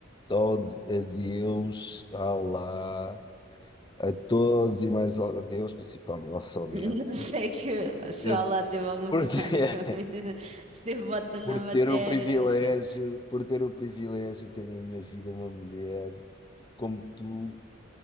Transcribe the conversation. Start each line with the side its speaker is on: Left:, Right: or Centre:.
Left: todo, a Deus, a Allah, a todos e mais a Deus, principalmente, ao
Right: <laughs>
Left: somente,
Right: Não sei que se
Left: ter-
Right: o lá teve alguma
Left: por
Right: coisa
Left: ter,
Right: a ver com <laughs> se teve bota
Left: <laughs>
Right: na
Left: por
Right: matéria,
Left: ter o privilégio,
Right: mas pronto.
Left: por ter o privilégio de ter na minha vida uma mulher como tu.